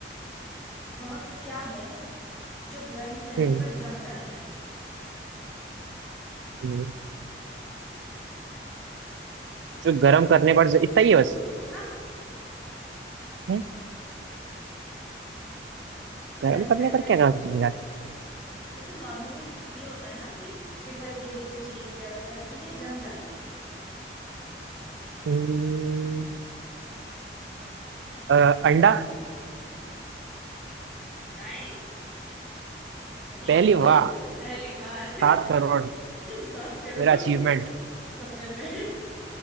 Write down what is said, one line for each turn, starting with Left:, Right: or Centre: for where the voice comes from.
Centre: वह क्या है जो गर्म करने
Right: हम्म
Centre: पर जम जाता है
Right: हम्म। जो गर्म करने पर इतना ही है बस
Centre: हाँ
Right: है गर्म
Centre: गर्म
Right: करने
Centre: करने
Right: पर
Centre: में
Right: क्या करते हैं यार
Centre: जैसे नॉर्मली ये होता है ना कि पिघल गई कोई चीज या वैसा लेकिन ये जम जाता है
Right: हम्म, अ, अंडा
Centre: नाइस सही
Right: पहली
Centre: बिल्कुल
Right: वाह
Centre: पहली बार <laughs>
Right: सात करोड़
Centre: सात करोड़
Right: मेरा अचीवमेंट
Centre: सपने में